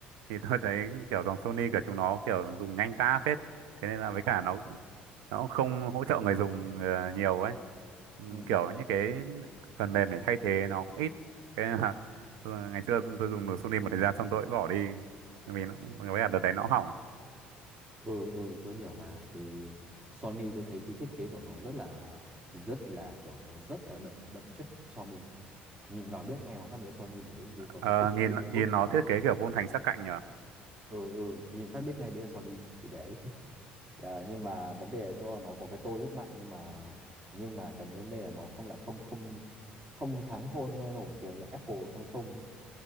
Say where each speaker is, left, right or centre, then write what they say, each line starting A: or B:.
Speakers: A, on the right (about 80°); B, on the right (about 25°).
A: thì tôi thấy kiểu dòng Sony kiểu chúng nó kiểu dùng nhanh ta phết thế nên là với cả nó nó cũng không hỗ trợ người dùng ờ, nhiều ấy Ừ,
B: ừ.
A: kiểu những cái phần mềm để thay thế nó cũng ít thế nên là <laughs> ừ, ngày xưa tôi dùng được Sony một thời gian xong tôi cũng bỏ đi Bởi vì nó với cả đợt đấy nó hỏng
B: ừ ừ tôi hiểu mà thì Sony tôi thấy cái thiết kế của nó rất là rất là kiểu nó rất là đậm đậm chất Sony nhìn vào biết ngay mà phát đến Sony bởi vì thiết kế của
A: Ờ,
B: nó cực
A: nhìn
B: kỳ vuông
A: nhìn
B: vức
A: nó thiết kế kiểu vuông thành sắc cạnh nhở
B: ừ ừ nhìn phát biết ngay đấy là Sony đấy <laughs> Ờ, nhưng mà vấn đề ở chỗ là nó có cái tôi rất mạnh nhưng mà nhưng mà cái vấn đề là nó không lại không không không thắng thôn nổi trên Apple Samsung